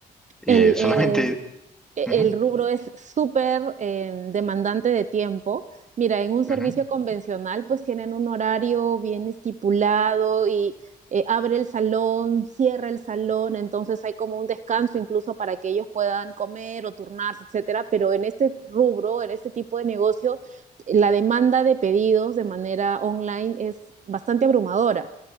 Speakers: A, in the centre; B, on the right.
A: Eh,
B: El,
A: solamente...
B: eh, e-,
A: ujú,
B: el rubro es súper eh, demandante de tiempo. Mira, en un servicio
A: ujú,
B: convencional pues tienen un horario bien estipulado y eh, abre el salón, cierra el salón, entonces hay como un descanso incluso para que ellos puedan comer o turnarse, etcétera. Pero en este rubro, en este tipo de negocio, la demanda de pedidos de manera online es bastante abrumadora.